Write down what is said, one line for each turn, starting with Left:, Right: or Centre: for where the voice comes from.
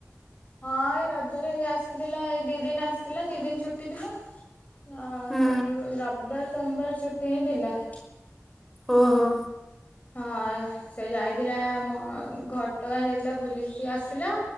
Left: ହଁ ଏଇ ରଜରେ ଆସିଥିଲା ଏଇ ଦି ଦିନ ଆସିଥିଲା ଦି ଦିନ ଛୁଟି ଥିଲା। ହ
Centre: ହୁଁ
Left: ଶନ ରବିବାର ସୋମବାର ଛୁଟି ହିଁ ଥିଲା।
Centre: ଓଃ ହୋ।
Left: ହଁ ଅଁ। ସେ ଯାଇଥିଲା ମ ଘଟଗାଁ ଯାଇଥିଲା ବୁଲିକି ଆସିଲା